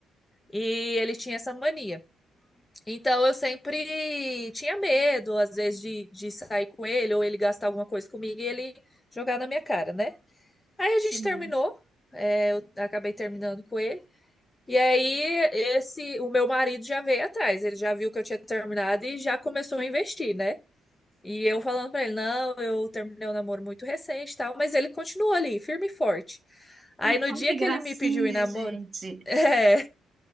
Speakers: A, on the left; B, on the right.
A: E ele tinha essa mania. Então eu sempre tinha medo, às vezes, de, de sair com ele, ou ele gastar alguma coisa comigo e ele jogar na minha cara, né? Aí a
B: Sim.
A: gente terminou, é, eu acabei terminando com ele. E aí esse, o meu marido já veio atrás, ele já viu que eu tinha terminado e já começou a investir, né? E eu falando pra ele, não, eu terminei um namoro muito recente e tal, mas ele continuou ali, firme e forte. Aí
B: Opa,
A: no dia
B: que
A: que
B: gracinha,
A: ele me pediu em namoro,
B: gente.
A: é,